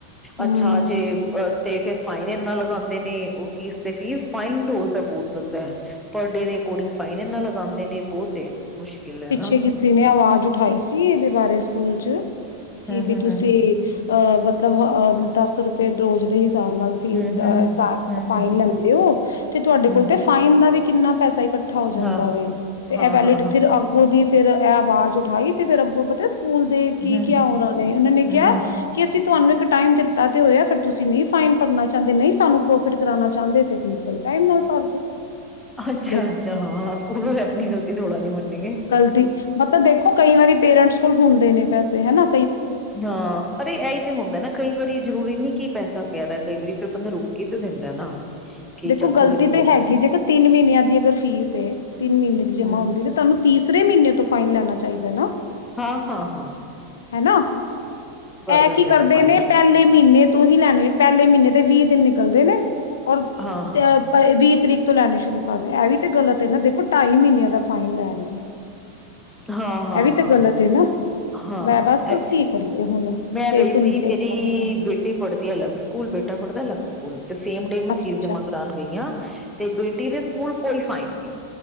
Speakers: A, on the left (about 65°); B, in the centre.
A: ਹੂੰ,
B: ਅੱਛਾ ਜੇ ਅ ਤੇ ਫੇਰ ਫਾਈਨ ਏਨਾ ਲਗਾਂਦੇ ਨੇ ਔ ਫੀਸ ਤੇ ਫੀਸ ਫਾਈਨ ਰੋਜ਼ ਦਾ ਬੌਤ ਲੱਗਦੈ, ਪਰ ਡੇ ਦੇ ਅਕੋਡਿੰਗ ਫਾਈਨ ਏਨਾ ਲਗਾਂਦੇ ਨੇ ਬੌਤ ਏ ਮੁਸ਼ਕਿਲ ਐ
A: ਪਿੱਛੇ
B: ਨਾ।
A: ਕਿਸੀ ਨੇ ਆਵਾਜ ਉਠਾਈ ਸੀ ਏਦੇ ਬਾਰੇ ਸਕੂਲ ਚ
B: ਹੂੰ,
A: ਕਿ ਬੀ
B: ਹੂੰ,
A: ਤੁਸੀ
B: ਹੂੰ,
A: ਅ ਮਤਲਬ ਅ ਦਸ ਰੁਪਏ ਰੋਜ ਦੇ ਹਿਸ ਹਿਸਾਬ ਨਾਲ ਫੀ
B: ਹੂੰ,
A: <unintelligible>
B: ਹੂੰ, ਹੂੰ,
A: ਫਾਈਨ
B: ਹੂੰ,
A: ਲੈਂਦੇ ਔ ਤੇ ਤੁਆਡੇ
B: ਹੂੰ,
A: ਕੋਲ ਤੇ ਫਾਈਨ ਦਾ ਵੀ ਕਿੰਨਾ ਪੈਸਾ ਇਕੱਠਾ ਹੋ ਜਾਂਦਾ
B: ਹਾਂ,
A: ਵੈ ਤੇ
B: ਹਾਂ,
A: ਏਹ ਵੈਲੀਡ
B: ਹਾਂ, ਹਾਂ।
A: ਫਿਰ ਅ ਉਹਦੀ ਫੇਰ ਐ ਆਵਾਜ ਉਠਾਈ ਤੇ ਫੇਰ ਅੱਗੋਂ ਪਤਾ ਸ ਸਕੂਲ ਦੇ ਕੀ
B: ਹੂੰ, ਹੂੰ,
A: ਕੇਆ ਔਨਾਂ ਨੇ ਔਨਾਂ ਨੇ
B: ਹੂੰ,
A: ਕਿਆ
B: ਹੂੰ,
A: ਕਿ ਅਸੀਂ ਤੁਆਨੂੰ ਇੱਕ ਟਾਈਮ ਦਿੱਤ ਕੀਤਾ ਤੇ ਹੋਏਆ ਫੇਰ ਤੁਸੀਂ ਨਈ ਫਾਈਨ ਭਰਨਾ ਚਾਂਦੇ, ਨਈ ਸਾਨੂੰ ਪ੍ਰੋਫਿਟ ਕਰਾਨਾ ਚਾਂਦੇ ਤੇ ਫੀ ਸਈ ਟਾਈਮ ਨਾਲ ਭਰ ਦੋ।
B: ਅੱਛਾ,
A: ਦੇਖੋ
B: ਅੱਛਾ ਹਾਂ ਸੁਕੂਲ ਵਾਲੇ ਆਪਨੀ ਗਲਤੀ ਥੋੜ੍ਹਾ ਨੀ ਮੰਨਨੀ।
A: ਗਲਤੀ, ਮਤਬ ਦੇਖੋ ਕਈ ਵਾਰੀ ਪੇਰੇਂਟਸ ਕੋਲ ਹੁੰਦੇ ਨੇ ਪੈਸੇ ਹੈ ਨਾ।
B: ਹਾਂ, ਅਰੇ ਐਈ ਤੇ ਹੁੰਦੈ ਨਾ ਕਈ ਵਾਰੀ ਜਰੂਰੀ ਨੀ ਕਿ ਪੈਸਾ ਪੇਆਰਾ। ਕਈ ਵਾਰੀ ਫਿਰ ਬੰਦਾ ਰੁਕ ਕੇ ਤੇ ਦੇਂਦਾ ਏ ਨਾ। ਕਿ
A: ਦੇਖੋ
B: ਚੱਲ
A: ਗਲਤੀ
B: ਥੋੜੇ ਦਿਨ ਰੁਕ
A: ਤੇ ਹੈਗੀ,
B: ਕੇ
A: ਜੇਕਰ ਤਿੰਨ ਮ੍ਹੀਨੇਆਂ ਦੀ ਅਗਰ ਫੀਸ ਏ, ਤਿੰਨ ਮ੍ਹੀਨੇ ਦੀ ਜਮਾ
B: ਹੂੰ,
A: ਹੁੰਦੀ ਤੇ ਤੁਆਨੂੰ ਤੀਸਰੇ ਮ੍ਹੀਨੇ ਤੋਂ ਫਾਈਨ ਲੈਨਾ ਚਾਈਦੈ ਨਾ।
B: ਹਾਂ, ਹਾਂ, ਹਾਂ।
A: ਹੈ ਨਾ, ਐ
B: ਦਿੰਦੇ
A: ਕੀ ਕਰਦੇ
B: ਫਾਈਨਲ
A: ਨੇ ਪੈਲੇ ਮ੍ਹੀਨੇ ਤੋਂ ਹੀ ਲੈਨੇ, ਪੈਲੇ ਮ੍ਹੀਨੇ ਦੇ ਵੀਹ ਦਿਨ ਨਿਕਲਦੇ ਨੇ ਓਰ
B: ਹਾਂ-ਹਾਂ।
A: ਪਰ ਵੀਹ ਤਰੀਕ ਤੋਂ ਲੈਨੇ ਸ਼ੁਰੂ ਕਰਦੇ। ਐ ਵੀ ਏ ਗਲਤ ਏ ਨਾ, ਦੇਖੋ ਢਾਈ ਮ੍ਹੀਨੇਆਂ ਦਾ ਫਾਈਨ ਲੈ ਰਏ ਨੇ।
B: ਹਾਂ, ਹਾਂ,
A: ਇਹ ਵੀ ਤੇ
B: ਹਾਂ,
A: ਗਲਤ ਹੈ ਨਾ
B: ਹਾਂ। ਹਾਂ,
A: ਵੈ ਬਸ
B: ਐ
A: ਕੀ ਕਰੀਏ ਹੁਣ
B: ਮੈਂ
A: ਤੇ
B: ਗਈ
A: ਸੁਣ
B: ਸੀ।
A: ਦੇਖਣਾ
B: ਮੇਰੀ
A: ਪੈਂਦਾ
B: ਬੇਟੀ ਪੜ੍ਹਦੀ ਅਲੱਗ ਸੁਕੂਲ ਬੇਟਾ ਪੜ੍ਹਦਾ ਅਲੱਗ ਸੁਕੂਲ <inaudible> ਤੇ ਸੇਮ ਡੇ ਮੈਂ
A: ਅੱਛਾ
B: ਫੀਸ
A: ਅੱਛਾ
B: ਜਮਾ ਕਰਾਨ ਗਈ ਆਂ, ਤੇ ਬੇਟੀ ਦੇ ਸੁਕੂਲ ਕੋਈ ਫਾਈਨ ਨੀ